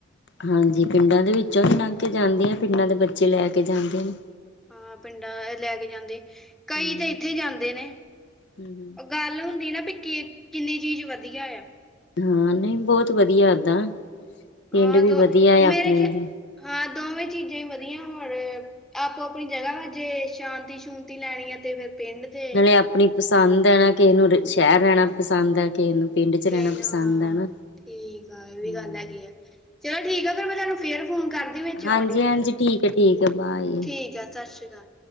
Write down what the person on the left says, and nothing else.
ਹਾਂਜੀ ਪਿੰਡਾਂ ਦੇ ਵਿਚੋਂ ਵੀ ਲੰਘ ਕੇ ਜਾਂਦੀਐਂ ਪਿੰਡਾਂ ਦੇ ਬੱਚੇ ਲੈ ਕੇ ਜਾਂਦੇ ਨੇ
ਹੂੰ
ਹੂੰ, ਹੂੰ।
ਹਾਂ ਨਹੀਂ ਬੋੱਤ ਵਧੀਆ ਏਦਾਂ ਪਿੰਡ
ਵੀ
ਵਧੀਆ ਐ
ਆਪਨੇ।
ਨਾਲੇ ਆਪਨੀ ਪਸੰਦ ਐ ਨਾ ਕਿ ਨੂੰ ਸ਼ਹਿਰ ਰਇਨਾ। ਪਸੰਦ ਐ ਕੇਨੂੰ ਪਿੰਡ ਚ ਰਹਿਣਾ
ਪਸੰਦ
ਆ ਨਾ,
ਹੁੰ।
ਹਾਂਜੀ
ਹਾਂਜੀ
ਠੀਕ ਹੈ ਠੀਕ ਹੈ ਬਾਏ।